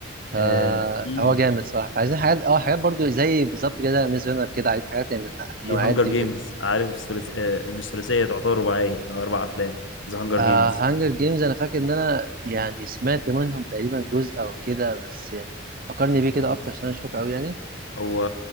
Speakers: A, on the right; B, on the left.
A: فهو
B: آه في
A: جامد صح عايزين حاجات اه حاجات برضو زي بالظبط كده ميز رينر كده عايزين حاجات يعني من من
B: في
A: النوعيات
B: هانجر
A: دي
B: جيمز
A: وكده
B: عارف ثلاث آه مش ثلاثيه تعتبر رباعيه هو اربع افلام ذا هانجر
A: آه
B: جيمز
A: هانجر جيمز انا فاكر ان انا يعني سمعت منهم تقريبا جزء او كده بس يعني فكرني بيه كده اكتر عشان انا مش فاكر قوي يعني
B: هو